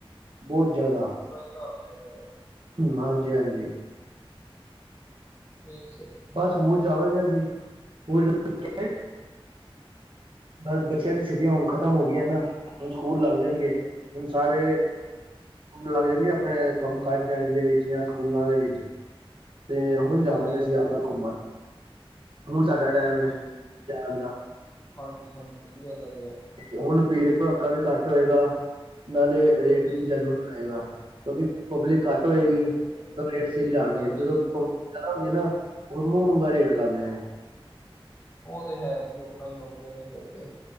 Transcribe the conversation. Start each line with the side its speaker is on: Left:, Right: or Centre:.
Right: ਬਹੁਤ ਜ਼ਿਆਦਾ।
Left: ਬੁਰਾ ਹੀ ਹਾਲ ਹੋਇਆਦਾ ਏ।
Right: ਹਾਂਜੀ-ਹਾਂਜੀ।
Left: ਇੱਕ ਸ
Right: ਬਸ, ਹੁਣ ਜਾਵਾਗੇ ਅਸੀ। ਉਹ <unintelligible> ਬਸ, ਬੱਚਿਆਂ ਦੀ ਛੁੱਟੀਆਂ ਹੁਣ ਖ਼ਤਮ ਹੋ ਗਈਆਂ ਨਾ, ਹੁਣ ਸਕੂਲ ਲੱਗ ਜਾਣਗੇ। ਹੁਣ ਸਾਰੇ ਲੱਗ ਜਾਣਗੇ ਅਪਣੇ ਕੰਮ-ਕਾਜਾਂ ਦੇ ਵਿੱਚ, ਯਾਂ ਸਕੂਲਾਂ ਦੇ ਵਿੱਚ। ਤੇ, ਹੁਣ ਜਾਵਾਂਗੇ
Left: ਹਾਂਜੀ-ਹਾਂਜੀ,
Right: ਅਸੀਂ ਆਪਣਾ ਘੁੰਮਣ। ਹੁਣ ਸਾਡਾ ਟਾਇਮ
Left: ਜੀ
Right: ਏ
Left: ਠੀਕ ਠੀਕ,
Right: ਜਾਣ ਦਾ।
Left: ਹਾਂਜੀ-ਹਾਂਜੀ, ਵਧੀਆ ਗੱਲ ਆ।
Right: ਹੁਣ ਭੀੜ-ਭੜਾਕਾ ਵੀ ਘੱਟ ਹੋਇਗਾ, ਨਾਲੇ ਰੇਟ
Left: ਜੀ
Right: ਵੀ
Left: ਜੀ,
Right: ਜੈਨੳਨ ਹੋਇਗਾ। ਕਿਉਂਕਿ ਪਬਲਿਕ ਘਟ ਹੋਏਗੀ,
Left: ਸਹੀ
Right: ਤਾਂ
Left: ਗੱਲ ਆ,
Right: ਰੇਟ ਸਹੀ ਲਾਣਗੇ,
Left: ਹਾਂਜੀ
Right: ਜਦੋਂ
Left: ਬਿਲਕੁਲ
Right: ਪ
Left: ਜੀ,
Right: ਜਾਓਗੇ ਨਾ, ਉਦੋ ਮੂੰਹ-ਮੰਗਾ ਰੇਟ ਲਾੰਦੇ ਨੇ।
Left: ਓ ਤੇ ਹੈ ਜੀ, ਆਪਣਾ ਹੀ ਲਾਉਂਦੇ ਨੇ ਫਿਰ ਤੇ,